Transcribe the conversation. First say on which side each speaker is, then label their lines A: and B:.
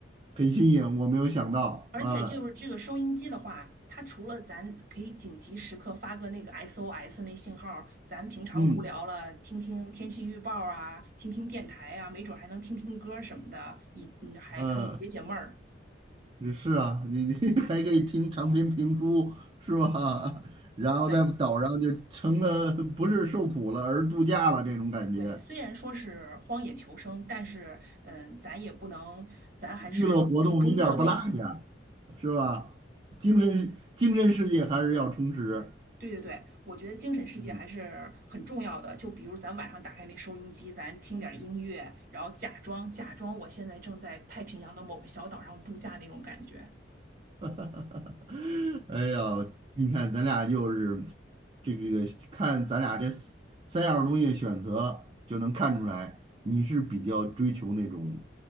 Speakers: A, on the right; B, on the right.
A: 很新颖，我没有想到啊。
B: 而且就是这个收音机的话，它除了咱可以紧急时刻发个那个 SOS 那信号，咱平常无聊了听听天气预报啊，
A: 嗯
B: 听听电台啊，没准还能听听歌什么的，你你还可以解解闷儿。
A: 呃。也是啊，你你 <laughs> 还可以听长篇评书是吧？<laughs> 然后在岛上就成了不是受苦了，
B: 对
A: 而度假了这种感觉，
B: 对，虽然说是荒野求生，但是嗯，咱也不能，咱还是苦中作乐。
A: 娱乐活动一点儿不落下，是吧？精神精神世界还是要充实。
B: 对对对，我觉得精神世界还是很重要的。
A: 嗯，
B: 就比如咱晚上打开那收音机，咱听点儿音乐，然后假装假装我现在正在太平洋的某个小岛上度假那种感觉。
A: <laughs> 哎呀，你看咱俩就是这个，看咱俩这三三样东西选择，就能看出来你是比较追求那种